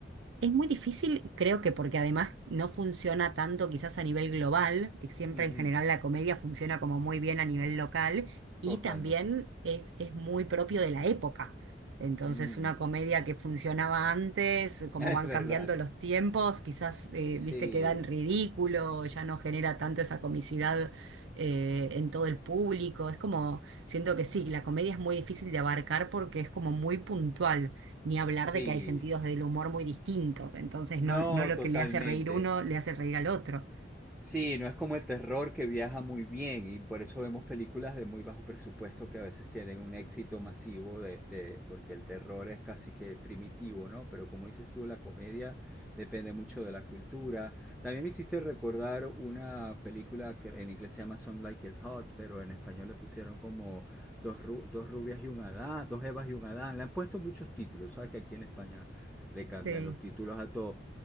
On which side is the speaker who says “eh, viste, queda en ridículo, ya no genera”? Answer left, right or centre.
Right